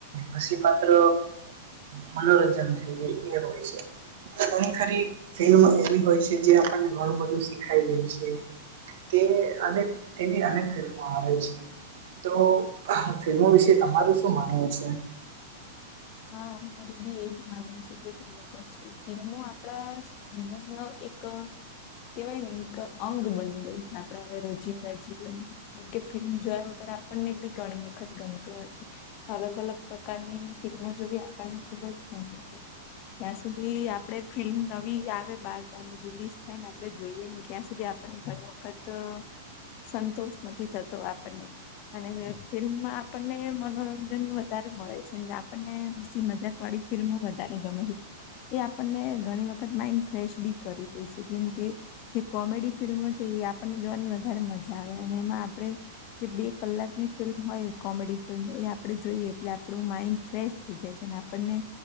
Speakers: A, on the right (about 65°); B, on the left (about 45°).
A: હસી પાત્ર મનોરંજન થઈ જાય એ. હોય છે. ઘણી ખરી ફિલ્મ એવી હોય છે જે આપણને ઘણું બધું શીખાઈ જાય છે. તે અનેક તેની અનેક ફિલ્મો આવે છે. તો ફિલ્મો વિશે તમારું શું માનવું છે.
B: હા મારું બી એજ માનવુ છે તે ત ફિલ્મો આપડા જીવન નો એક કેવાય ને એક અંગ બની ગયું છે આપણા હવે રોજિંદા જીવન કેમ કે ફિલ્મ જોયા વગરે આપણને બી ઘણી વખત ગમતું નથી અલગ અલગ પ્રકારની ફિલ્મો જોવી આપણને ખુબ જ ગમે છે. ત્યાં સુધી આપડે ફિલ્મ નવી આવે બાર રિલીઝ થાય ને આપડે જોઈએ નહી ત્યાં સુધી ઘણી વખત સંતોષ નથી થતો આપણને અને ફિલ્મમાં આપણને મનોરંજન વધારે મળે છે. આપને હ મજાક વાળી ફિલ્મો વધારે ગમે એ આપણને ઘણી વખત માઈન્ડ ફ્રેશ બી કરી દે છે જેમ કે જે કોમેડી ફિલ્મો છે એ આપણને જોવાની વધારે મજા આવે અને એમાં આપણે જે બે કલાકની ફિલ્મ હોય કોમેડી ફિલ્મ એ આપડે જોઈએ એટલે આપણું માઇન્ડ ફ્રેશ થઈ જાય છે આપણને